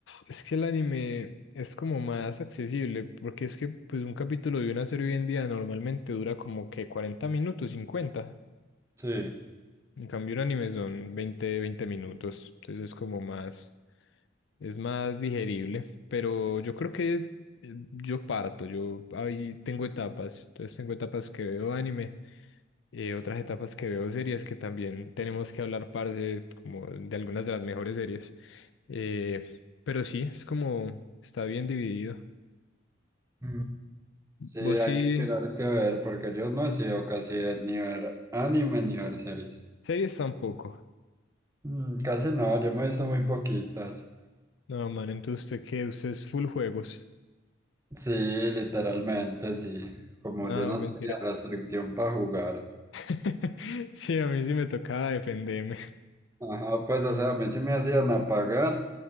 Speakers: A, on the left; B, on the right.
A: es que el anime es como más accesible, porque es que pues un capítulo de una serie hoy en día normalmente dura como que 40 minutos, 50.
B: Sí.
A: En cambio, un anime son veinte veinte minutos, entonces es como más, es más digerible, pero yo creo que eh, yo parto, yo ahí tengo etapas, entonces tengo etapas que veo anime, eh, otras etapas que veo series que también tenemos que hablar, parce, como de algunas de las mejores series, eh, pero sí, es como, está bien dividido.
B: Mm. Sí,
A: Vos
B: hay
A: sí,
B: que mirar qué ver, porque yo no he sido casi de ni ver anime ni ver series.
A: series tampoco,
B: Mm, Casi no, yo me he visto muy poquitas.
A: no, man, entonces usted qué, usted es full juegos,
B: Sí, literalmente, sí. Como
A: no,
B: yo no
A: mentira.
B: tenía restricción para jugar.
A: <laughs> Sí, a mí sí me tocaba defenderme.
B: Ajá, pues, o sea, a mí sí me hacían apagar,